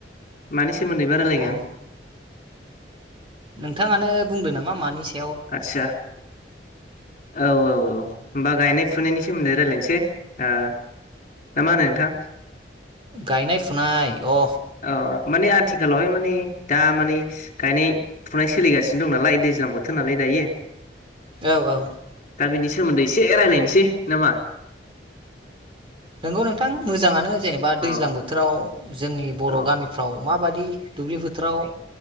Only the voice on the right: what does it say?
अ नोंथाङानो बुंदो नामा मानि सो
गायनाय फुनाय अ
औ औ
नोंगौ नोंथां मोजाङानो जेनेबा दैज्लां
बोथोराव जोंनि बर'
गामिफ्राव माबाद दि दुब्लि फोथाराव